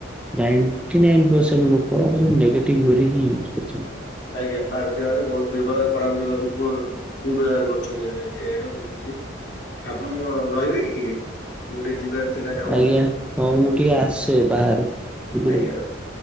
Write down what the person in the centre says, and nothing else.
ନାଇଣ୍ଟି ନାଇ ପରସେଣ୍ଟ ଲୋକ ନେଗେଟିଭ ୱେରେ ହିଁ ୟୁଜ୍ କରୁଚନ୍ତି।
ଆଜ୍ଞା
ହଁ ମୁଁ ଟିକେ ଆସେ ବାହାରୁ <unintelligible>